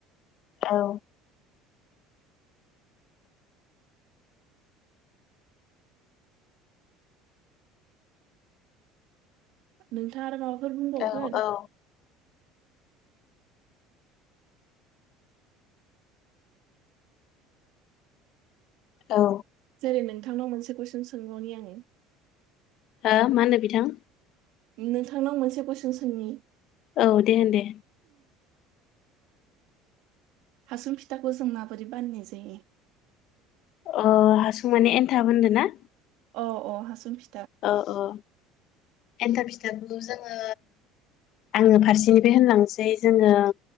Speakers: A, on the left (about 45°); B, on the right (about 55°).
A: औ
B: नोंथाङा आरो माबाफ फोर बुंबावगोन?
A: औ औ औ
B: रो नोंथांनाव मोनसे कुइसन सोंबावनि आङो।
A: हो मा होननो बिथां
B: नोंथांनाव मोनसे कुइसन सोंनि
A: औ दे होन दे
B: हासुं फिथाखौ जों माबोरै बानायनाय जायो।
A: ओ हासुं माने एन्थाब होनदों ना?
B: अ अ अ हासुं फि
A: औ औ एन्थाब फिथाखौ जोङो आङो फारसेनिफ्राय होनलांसै जोङो